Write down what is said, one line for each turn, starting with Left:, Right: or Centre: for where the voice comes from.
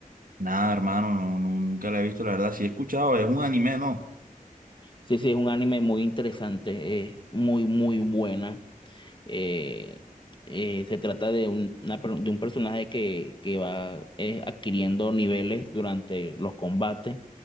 Right: Nada, hermano, no, no, nunca la he visto, la verdad. Sí he escuchado, es un anime, ¿no?
Left: Sí, sí, es un anime muy interesante, es muy, muy buena. Eh, eh, se trata de un, una per- de un personaje que, que va eh, adquiriendo niveles durante los combates.